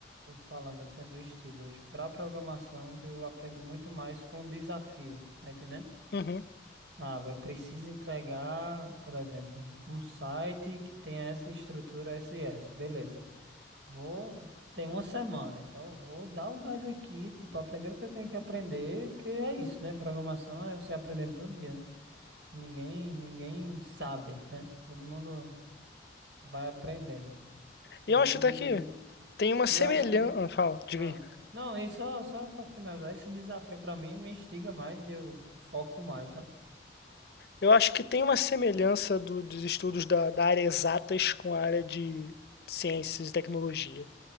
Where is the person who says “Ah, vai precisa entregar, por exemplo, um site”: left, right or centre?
Right